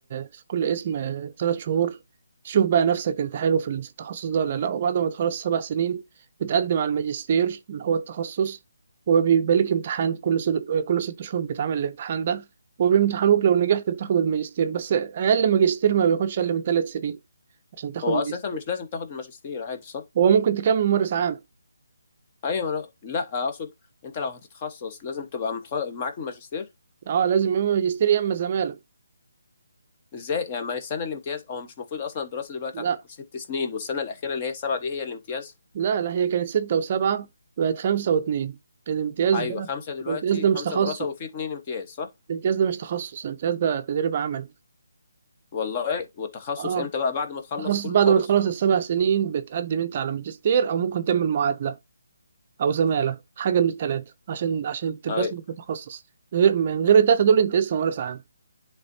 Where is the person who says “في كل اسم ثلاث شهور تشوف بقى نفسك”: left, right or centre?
Right